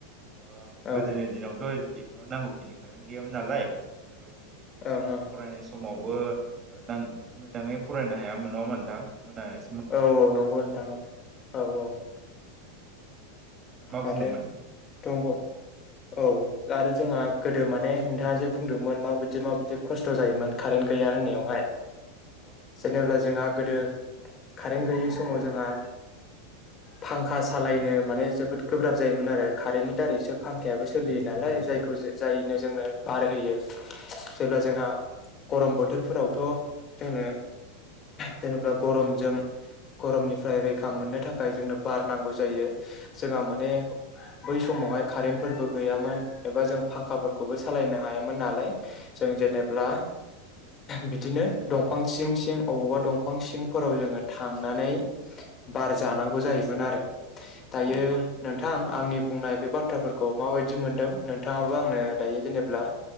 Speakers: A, on the right (about 30°); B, on the left (about 30°).
A: ओ-गोदोनि
B: ओं
A: दिनावथ' एसेबां नांगौखिनि कारेन्ट गैयामोन नालाय। <unintelligible>
B: ओं
A: फरायनाय सम समावबो नोंथां मोजाङै फरायनो हायामोन नङा होम्बा नोंथां। मोजाङै
B: औ औ नंगौ नोंथां औ औ
A: मा बुंदोंमोन?
B: आरो दंब' औ आरो जोंहा गोदो माने नोंथाङा जे बुंदोंमोन माबायदि माबायदि खस्थ' जायोमोन, कारेन्त गैया होननायावहाय
A: औ
B: जेनेब्ला जोंहा गोदो कारेन्ट गैयि समाव जोंहा, फांखा सालायनो माने जोब जोबोद गोब्राब जायोमोन आरो कारेन्टनि दारैसो फांखायाबो सोलियो नालाय। जायखौ- जायनो
A: औ
B: जोंनो बार होयो, जेब्ला
A: औ
B: जोंहा गरम बोथोरफोरावथ' जोंनो जेनेबा गरमजों। - गरमनिफ्राय रैखा मोननो थाखाय जोंनो बार नांगौ जायो। जोंहा माने बै समावहाय कारेन्टफोरबो गैयामोन, एबा जों फांखाफोरखौबो सालायनो हायामोन नालाय। जों जेनेब्ला-
A: औ
B: बिदिनो दंफां सिं सिं, अबावबा दंफां सिंफोराव जोङो थांनानै। बार जानांगौ जायोमोन आरो, दायो
A: औ नोंथां
B: नोंथां आंनि बुंनाय बे बाथ्राफोरखौ माबायदि मोनदों? नोंथाङाबो आंनो दायो जेनेब्ला